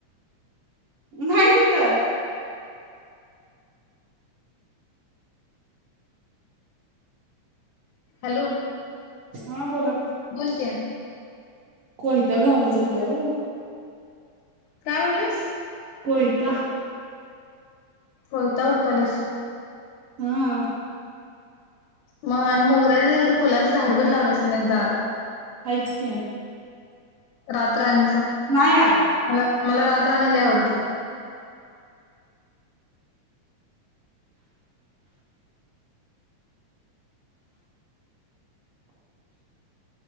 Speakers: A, on the right; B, on the left.
A: माहती तर
B: हॅलो
A: हा बोला
B: बोलक
A: कोयता घाऊल झालाय हो
B: काय म्हणलंस
A: कोता
B: होयता उडतलस
A: हम
B: म आणि मोगरा्याचे फुलांचे झाड ब लावले असत नाही दारात
A: हच क्याय
B: रात्रण्याचा
A: नाही आत
B: मला मला रात्रनेला आवडते